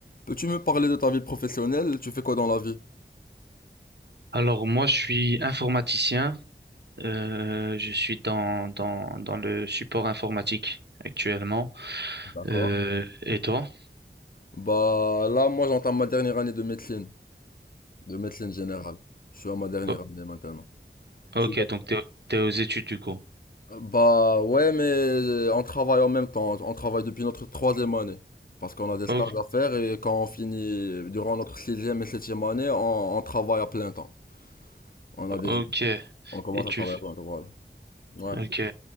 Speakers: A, on the left; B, on the right.
A: Peux-tu me parler de ta vie professionnelle? Tu fais quoi dans la vie?
B: Alors moi, je suis informaticien. Euh, je suis dans, dans, dans le support informatique actuellement.
A: D'accord.
B: Euh, et toi?
A: Bah là, moi j'entame ma dernière année de médecine, de médecine générale. Je suis à ma dernière
B: O-
A: année maintenant.
B: ok,
A: Tu vois?
B: donc t'es, t'es aux études du coup.
A: Bah ouais, mais on travaille en même temps. On travaille depuis notre troisième année. Parce qu'on a des stages
B: O-
A: à faire et quand on finit, durant notre sixième et septième année, on, on travaille à plein temps. On a déjà,
B: ok,
A: on commence
B: et tu...
A: à travailler
B: f-
A: à plein temps, voilà. Ouais.
B: Ok,